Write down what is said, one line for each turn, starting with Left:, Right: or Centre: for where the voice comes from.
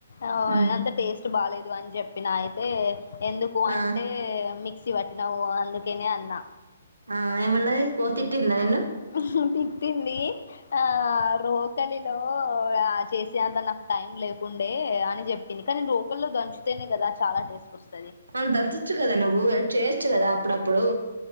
Left: ఆహ్
Right: ఉమ్
Left: అంత టేస్ట్. బాలేదు అని చెప్పిన అయితే ఎందుకు అంటే
Right: ఆ
Left: మిక్స్. మిక్సీ పట్టినవు అందుకేనే అన్న.
Right: ఆహ్ ఏమన్నాది పో తిట్టిందా. నిన్ను
Left: ఆహ్ తిట్టింది ఆహ్ రోకలిలో. ఆహ్ చేసే అంత నాకు టైం లేకుండే అని చెప్పింది కానీ రోకల్లో దంచుతేనే కదా చాలా టేస్ట్ వస్తది.
Right: మరి దచ్చోచ్చు కదా నువ్వు హెల్ప్ చేయొచ్చు కదా అప్పుడప్పుడు.